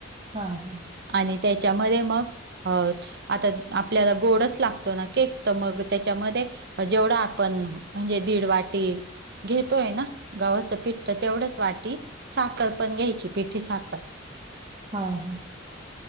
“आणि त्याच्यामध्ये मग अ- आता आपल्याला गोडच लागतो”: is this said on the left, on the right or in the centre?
Right